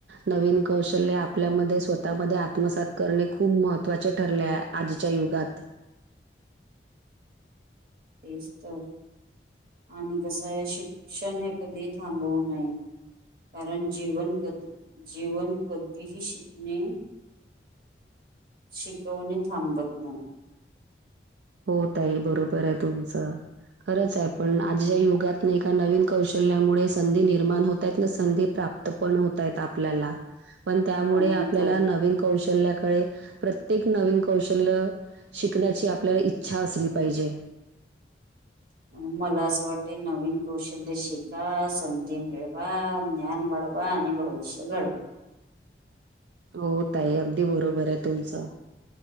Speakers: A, on the right (about 75°); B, on the right (about 55°).
A: नवीन कौशल्य आपल्यामध्ये स्वतःमध्ये आत्मसात करणे खूप महत्त्वाचे ठरले आ आजच्या युगात
B: तेच तर आणि कसये शिक्षण हे कधी थांबवू नाहीये. कारण जीवन कध जीवन कधीही शिकणे. शिकवणी थांबत नाही
A: हो ताई, बरोबर ये, तुमचं. खरंच आहे, पण आजच्या युगात नैका, नवीन कौशल्यामुळे, संधी निर्माण होतय, ना संधी प्राप् त, पण होतायत आपल्या, पण त्यामुळे
B: म्हणून
A: आपल्या
B: तर
A: नवीण कौशल्याकडे, प्रत्येक नवीन कौशल्य, शिकण्याची आपल्याला इ च्छा असली पाहिजे.
B: म मला असं वाटतं, नवीन कौशल्य शिका, संधी मिळत आ ज्ञान वाढवा आणि भविष्य घडवा.
A: हो ताई, अगदी बरोबर ये तुमचं?